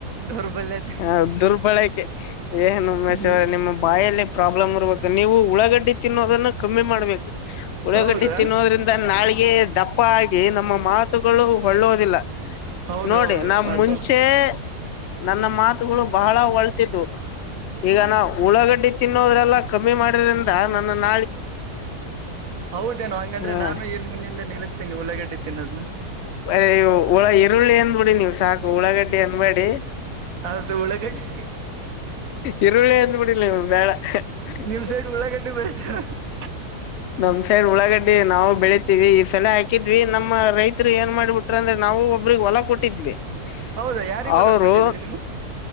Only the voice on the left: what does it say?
ಹ ದುರ್ಬಳಕೆ. <unintelligible> ಏನ್ ಉಮೇಶ್ವರೆ
ನಿಮ್ಮ ಬಾಯಲ್ಲಿ ಪ್ರಾಬ್ಲಮ್ ಇರ್ಬೇಕು ನೀವು ಉಳಾಗಡ್ಡಿ ತಿನ್ನೋದನ್ನ ಕಮ್ಮಿ ಮಾಡ್ಬೇಕ. <unintelligible> ಉಳಾಗಡ್ಡಿ
ತಿನ್ನೋದ್ರಿಂದ ನಾಳಗೆ ದಪ್ಪ ಆಗಿ ನಮ್ಮ ಮಾತು <unintelligible> ಮಾತುಗೋಳು ಹೊಳ್ಳೋದಿಲ್ಲ
ನೋಡಿ ನಾ
ಮುಂಚೆ? <unintelligible> ನನ್ನ ಮಾತುಗಳು ಬಹಳ ಒಳ್ತಿದ್ವು ಈಗ ನಾ ಉಳ್ಳಗಡ್ಡಿ. <unintelligible> ತಿನ್ನೋದ್ರೆಲ್ಲ ಕಮ್ಮಿ ಮಾಡಿರಿಂದ <unintelligible> ತಾನನಾ <unintelligible>
ಹಾ
ಏ ಉಳ್ಳ ಈರುಳ್ಳಿ ಅಂದಬೀಡಿ ನೀವು ಸಾಕು ಉಳ್ಳಾಗಡ್ಡಿ ಅನ್ನಬೇಡಿ. <unintelligible>
ಈರುಳ್ಳೇ ಅಂದಬಿಡಿಲ್ಲ ಇವ ಬೇಡಾ. <unintelligible>
ನಮ್ಮ ಸೈಡ್ ಉಳಾಗಡ್ಡೆ ನಾವು ಬೆಳಿತೀವಿ ಈ ಸಲೆ ಹಾಕಿದ್ವಿ ನಮ್ಮ ರೈತರು ಏನ್ ಮಾಡ್ಬಿಟ್ಟ <unintelligible> ಅಂದ್ರೆ ನಾವು ಒಬ್ರಿಗೆ ಹೊಲ ಕೊಟ್ಟಿದ್ವಿ. <unintelligible>
ಅವರು